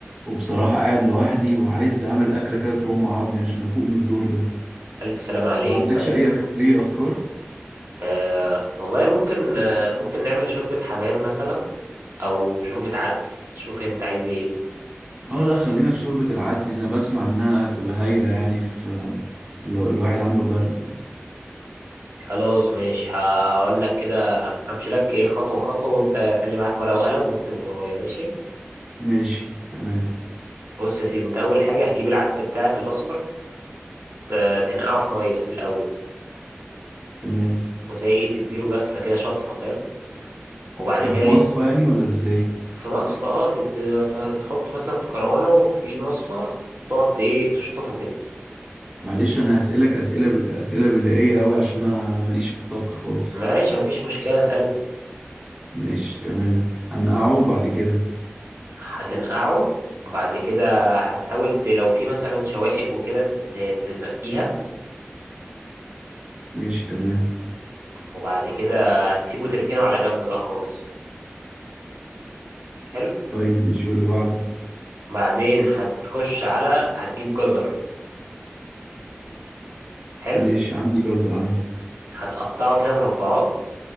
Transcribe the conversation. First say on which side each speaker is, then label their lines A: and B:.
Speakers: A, on the right; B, on the right.
A: وبصراحة قاعد لوحدي وعايز اعمل اكلة كده ترم عظمي عشان افوق من الدور ده
B: الف سلام عليك
A: ما عندكش
B: طب
A: اي أف... اي افكار
B: آه والله ممكن آه ممكن نعمل شوربة حمام مثلا او شوربة عدس شوف انت عايز ايه
A: اه لا خلينا في شوربة العدس دي انا بسمع انها بتبقى هايلة يعني في لو الواحد عنده برد يعني.
B: خلاص ماشي هقول لك كده همشي لك ايه خطوة خطوة وانت خلي معاك ورقة وقلم واكتب ورايا ماشي
A: ماشي تمام
B: بص يا سيدي انت اول حاجة هتجيب العدس بتاعك الاصفر هتنقعه في مية في الاول
A: تمام
B: وزي ايه تديله غسلة كده شطفة فاهم وبعد
A: ده
B: كده
A: في مصفى يعني ولا ازاي
B: في مصفى اه تد- تحطه مثلا في كروانة وفي مصفى وتقعد ايه تشطفه كده
A: معلش انا هسألك اسئله ب... اسئله بدائيه قوي عشان انا ماليش في الطبخ خالص
B: ماشي مفيش مشكلة سهل
A: ماشي تمام هنقعه بعد كده
B: هتنقعه بعد كده هتحاول ت... لو في مثلا شوائب وكده ت... تنقيها
A: ماشي تمام
B: وبعد كده تسيبه تركنه على جنب بقى خالص حلو
A: طيب ماشي واللي بعده
B: بعدين هتخش على هتجيب جزر حلو
A: ماشي عندي جزر عندي
B: هتقطعه كده مربعات